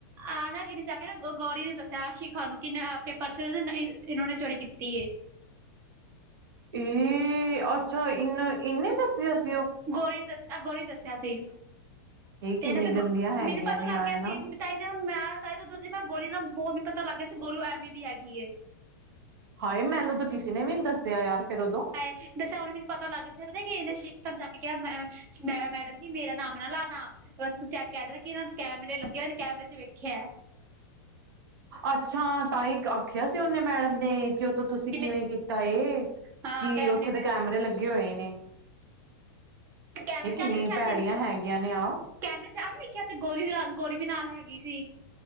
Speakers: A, on the right; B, on the right.
A: ਆ ਨਾ ਇਨੇ ਜਾ ਕੇ ਨਾ ਗੋਰੀ ਨੇ ਦੱਸਿਆ ਸ਼ੀਖਾ ਨੂੰ ਕਿ ਆਪਕੇ ਪਰਸ'ਚ ਇਨੋ ਨੇ ਚੋਰੀ ਕੀਤੀ ਏ।
B: ਇ ਅੱਛਾ ਇਨਾ ਇਨੇ ਦੱਸਿਆ ਸੀ
A: ਗੋਰੀ ਨੇ ਦਸੇਆ ਐ ਗੋਰੀ ਦਸੇਆ ਸੀ
B: ਇਹ ਕਿੰਨੀ
A: ਤੇ ਫੇਰ
B: ਗੰਦੀਆਂ ਹੈਗੀਆਂ
A: ਮੈਨੂੰ ਪਤਾ
B: ਨੇ
A: ਲਗ
B: ਆ
A: ਗੇਆ
B: ਨਾ
A: ਸੀ। <unintelligible> ਤਾਂ ਈ ਤੇ ਹੁਣ ਮੈ ਤਾਈਂ ਤੇ ਤੁਸੀਂ ਨਾ ਗੌਰੀ ਨਾ ਬੌ ਪਤਾ ਲੱਗ ਗਿਆ ਸੀ ਗੌਰੀ ਐਂਵੇ ਦੀ ਹੈਗੀ ਏ।
B: ਹਾਏ ਮੈਨੂੰ ਤਾ ਕਿਸੇ ਨੇ ਵੀ ਨੀ ਦਸੇਆ ਯਾਰ ਫੇਰ ਓਦੋਂ।
A: <unintelligible> ਮੈ ਦੱਸਾਂ ਹੁਣ ਮੈਨੂੰ ਪਤਾ ਲੱਗ ਗਿਆ ਸੀ ਕਿ ਏਨੇ ਸ਼ੀਖਾ ਨੂੰ ਜਾ ਕੇ ਕੇਆ ਕਿ ਮੈ ਮੈਡਮ ਜੀ ਮੇਰਾ ਨਾਮ ਨਾ ਲਾਨਾ ਵੈਸੇ ਤੁਸੀ ਐ ਕੈ ਦੇਣਾ ਕਿ ਇਨਾਂ ਨੂੰ ਕੈਮਰੇ ਲੱਗੇ ਹੋਏ ਨ ਕੈਮਰੇ ਚ ਵੇਖੇਐ।
B: ਅੱਛਾ, ਤਾਂਈ ਆਖੇਆ ਸੀ ਓਨੇ ਮੈੜਮ ਨੇ ਕਿ ਓ ਤੁਸੀ
A: ਕਿ
B: ਕਿਵੇਂ ਕੀਤਾ ਏ,
A: ਹਾਂ
B: ਕਿ
A: ਕੈਮਰੇ
B: ਓਥੇ
A: ਮੇ
B: ਤੇ ਕੈਮਰੇ ਲੱਗੇ ਹੋਏ ਨੇ।
A: ਕੈਮਰੇ
B: ਏ ਕਿੰਨੀ
A: ਚ ਆ ਨੀ ਵੇਖਿਆ
B: ਭੈੜੀਆਂ
A: ਸੀ
B: ਹੈਗੀਆਂ ਨੇ ਆ
A: ਕੈਮਰੇ ਚ ਆ ਨੀ ਵੇਖੇਆ ਸੀ, ਗੋਰੀ ਵੀ ਨਾਲ-ਗੋਰੀ ਵੀ ਨਾਲ ਹੈਗੀ ਸੀ।